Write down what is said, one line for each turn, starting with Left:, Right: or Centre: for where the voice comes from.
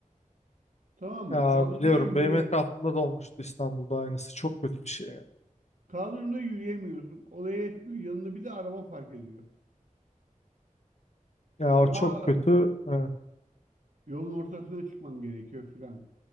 Right: Tamam mı?
Left: Ya
Right: Kaldırımdan
Left: biliyorum
Right: yürüye
Left: benim etrafımda da olmuştu İstanbul'da aynısı. Çok kötü bir şey ya.
Right: kaldırımda yürüyemiyorsun. Olaya yetmiyor. Yanına bir de araba fark ediyor.
Left: Ya o
Right: Daha
Left: çok kötü. Ee,
Right: yolun ortasına çıkman gerekiyor filan.